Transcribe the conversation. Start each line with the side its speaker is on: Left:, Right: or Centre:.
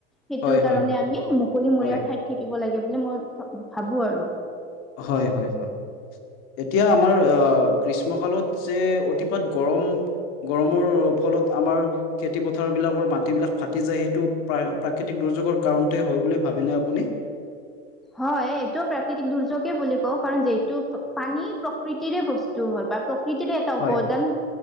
Centre: সেইটোৰ
Left: হয় হয়
Centre: কাৰণে আমি মুকলি
Left: হয়
Centre: মৰিয়া ঠাইত থাকিব লাগে বুলি মই ভাবোঁ আৰু
Left: হয়, হয়, হয়। এতিয়া আমাৰ আহ গ্ৰীষ্মকালত যে অতিপাত গৰম গৰমৰ ফলত আমাৰ খেতি পথাৰ বিলাকৰ মাটি বিলাক ফাটি যায়। সেইটো প্ৰাকৃতিক দুৰ্যোগৰ কাৰণতে হয় বুলি ভাবেনে আপুনি।
Centre: হয়, এইটোও প্ৰাকৃতিক দুৰ্যোগে বুলি কওঁ, কাৰণ যিটো পানী প্ৰকৃতিৰে বস্তু হয়। বা প্ৰকৃতিৰে এটা
Left: হয়
Centre: উপাদান